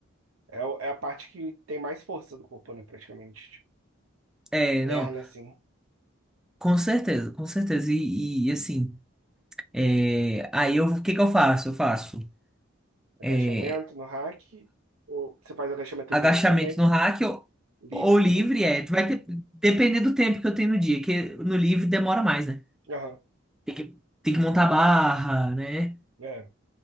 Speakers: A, on the right; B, in the centre.
A: é, o- é a parte que tem mais força do corpo, né, praticamente. Tipo,
B: É,
A: perna,
B: não.
A: assim.
B: Com certeza, com certeza. e e, assim. É, aí eu, o que que eu faço? Eu faço
A: Agachamento
B: é,
A: no rack. Ou você faz agachamento
B: agachamento
A: livre também?
B: no rack ou,
A: Livre
B: ou livre,
A: também?
B: é, vai de- depender do tempo que eu tenho no dia, que no livre demora mais, né?
A: Aham.
B: Tem que, tem que montar a barra, né?
A: É.